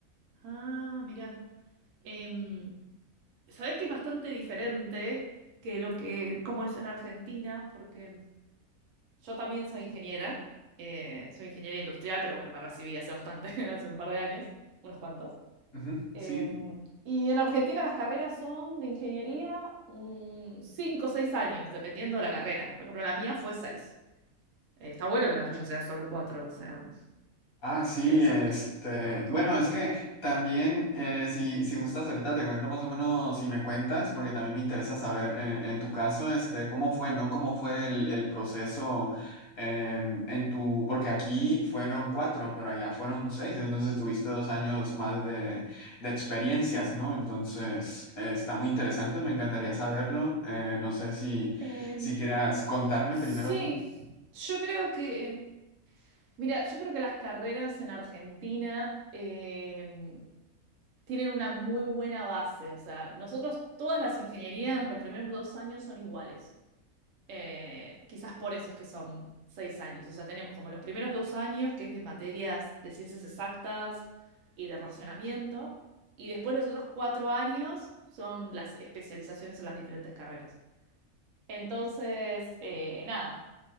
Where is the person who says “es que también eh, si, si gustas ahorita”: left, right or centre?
Left